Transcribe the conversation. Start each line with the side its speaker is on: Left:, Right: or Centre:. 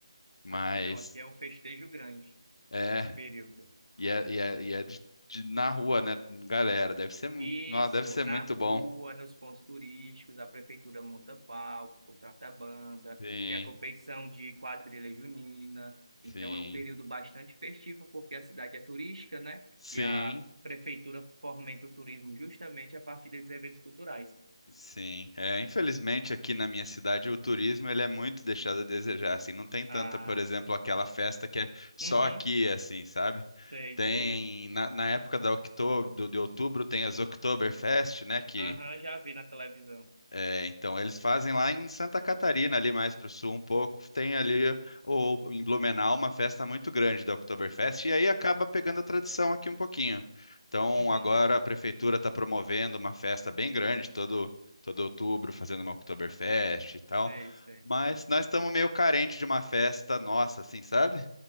Left: Mas
Right: Aqui não, aqui é um festejo grande,
Left: é
Right: esse período.
Left: e é, e é, e é de, de- na rua, né, galera? Deve ser, mu-
Right: Isso,
Left: nossa, deve ser
Right: na
Left: muito
Right: rua,
Left: bom.
Right: nos pontos turísticos, a prefeitura monta palco, contrata banda,
Left: Sim,
Right: tem a competição de quadrilha junina.
Left: sim,
Right: Então é um período bastante festivo, porque a cidade é turística, né?
Left: sim,
Right: E a prefeitura fomenta o turismo justamente a partir desses eventos culturais.
Left: sim. É, infelizmente aqui na minha cidade o turismo ele é muito deixado a desejar, assim, não tem tanta,
Right: Ah,
Left: por exemplo, aquela festa que é só
Right: uhum,
Left: aqui, assim, sabe?
Right: sei,
Left: Tem,
Right: sei.
Left: na, na época da octo, do, de outubro tem
Right: Outubro.
Left: as Oktoberfest, né, que
Right: Aham, já vi na televisão.
Left: É, então, eles fazem lá em Santa Catarina, ali mais para o sul um pouco. Tem ali o, em Blumenau uma festa muito grande da Oktoberfest, e aí acaba pegando a tradição aqui um pouquinho. Então,
Right: Uhum,
Left: agora a prefeitura está promovendo uma festa bem grande, todo, todo outubro, fazendo uma Oktoberfest e tal.
Right: sei, sei.
Left: Mas nós estamos meio carente de uma festa nossa, assim, sabe?